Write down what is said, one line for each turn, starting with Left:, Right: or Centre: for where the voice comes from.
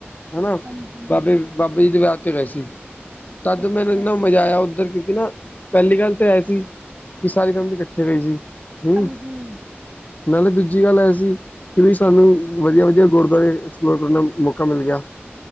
Left: ਹਨਾ
Right: ਹਾਂਜੀ
Left: ਬਾਬੇ, ਬਾਬੇ ਜੀ ਦੇ ਵਿਆਹ ਤੇ ਗਏ ਸੀ ਤਦ
Right: ਅੱਛਾ
Left: ਮੈਨੂੰ ਇੰਨਾ
Right: ਜੀ
Left: ਮਜ਼ਾ ਆਇਆ ਉੱਧਰ। ਇਨਾ ਪਹਿਲੀ ਗੱਲ ਤੇ ਏ ਸੀ ਸਾਰੀ ਫੈਮਲੀ ਇਕੱਠੇ ਰਹੇ ਸੀ। ਹੂੰ
Right: ਹਾਂਜੀ
Left: ਨਾਲੇ ਦੂਜੀ ਗੱਲ ਇਹ ਸੀ ਕਿ ਵੀ ਸਾਨੂੰ ਵਧੀਆ-ਵਧੀਆ ਗੁਰਦੁਆਰੇ ਐਕਸਪਲੋਰ ਕਰਨ ਦਾ ਮੌਕਾ ਮਿਲ ਗਿਆ।